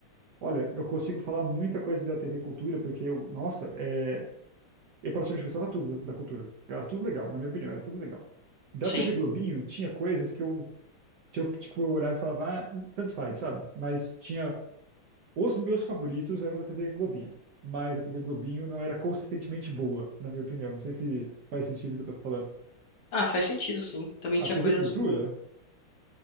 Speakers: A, on the right; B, on the left.
A: olha, eu consigo falar muita coisa da TV Cultura, porque eu, nossa, é, eu praticamente gostava tudo da cultura. Era tudo legal, na minha opinião, era tudo legal. Da
B: Sim.
A: TV Globinho, tinha coisas que eu, que eu tipo, eu olhava e falava, ah, tanto faz, sabe? Mas tinha Os meus favoritos eram da TV Globinho, mas a TV Globinho não era consistentemente boa, na minha opinião. Não sei se faz sentido o que eu tô falando.
B: Ah, faz sentido, sim. Também
A: A
B: tinha
A: TV
B: coisas
A: Cultura,
B: que eu não,